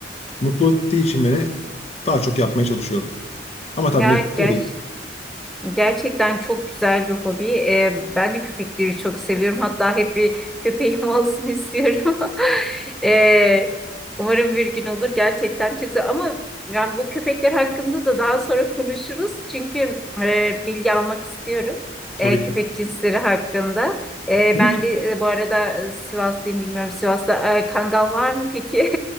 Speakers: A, on the left; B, in the centre.
A: Mutlu ettiği için beni daha çok yapmaya çalışıyorum. Ama tabii
B: Ya
A: meslek
B: gerçekten.
A: o değil.
B: Gerçekten çok güzel bir hobi. Ee, ben de köpekleri çok seviyorum. Hatta hep bir köpeğim <laughs> olsun istiyorum. <laughs> Ee, umarım bir gün olur. Gerçekten çok güzel. Ama yani bu köpekler hakkında da daha sonra konuşuruz. Çünkü e, bilgi almak istiyorum.
A: Tabii
B: e, köpek
A: ki.
B: cinsleri hakkında. E,
A: Tabii
B: ben
A: ki.
B: de e, bu arada e, Sivaslıyım bilmiyorum. Sivas'ta e, kangal var mı peki?